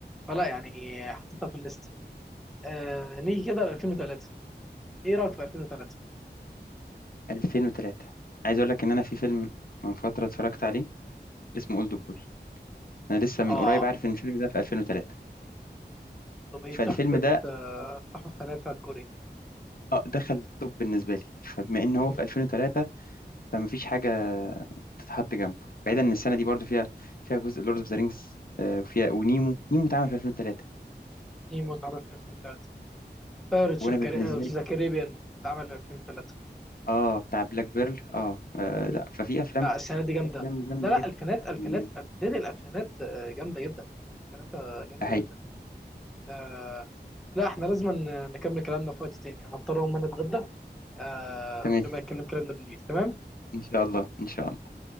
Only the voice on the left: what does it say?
2003 عايز اقول لك ان انا في فيلم من فتره اتفرجت عليه اسمه اولد بوي انا لسه من
قريب عارف ان الفيلم ده في 2003
فالفيلم
ده
آه، دخل التوب بالنسبة لي فبما إن هو
في 2003 فما فيش حاجة تتحط جنبه بعيدا إن السنة دي برضو فيها فيها جزء لورد أوف ذا رينجز وفيها ونيمو نيمو اتعمل في 2003
وأنا
بالنسبة
لي
آه بتاع بلاك بيرل آه, آه
لا ففي أفلام
في أفلام جامدة
جدا
يعني
حقيقي
تمام
إن شاء الله إن شاء الله